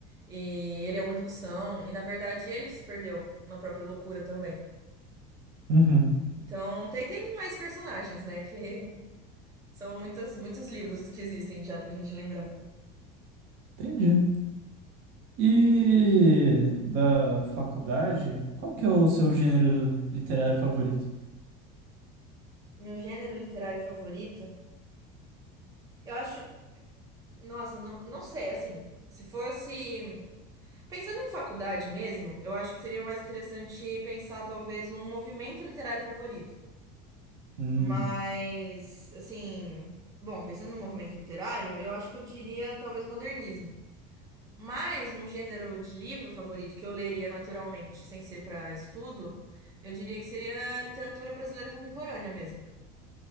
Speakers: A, on the right; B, on the right.
A: e ele é o único são, e na verdade ele se perdeu na própria loucura também.
B: Uhum.
A: Então tem, tem mais personagens, né? Que são muitos, muitos livros que existem já pra gente lembrar.
B: Entendi. E da faculdade, qual que é o seu gênero literário favorito?
A: Meu gênero literário favorito? Eu acho. Nossa, não, não sei, assim. Se fosse. Pensando em faculdade mesmo, eu acho que seria mais interessante pensar, talvez, num movimento literário favorito.
B: Hum,
A: Mas, assim. Bom, pensando no movimento literário, eu acho que eu diria, talvez, modernismo. Mas um gênero de livro favorito que eu leria naturalmente, sem ser para estudo, eu diria que seria literatura brasileira contemporânea mesmo.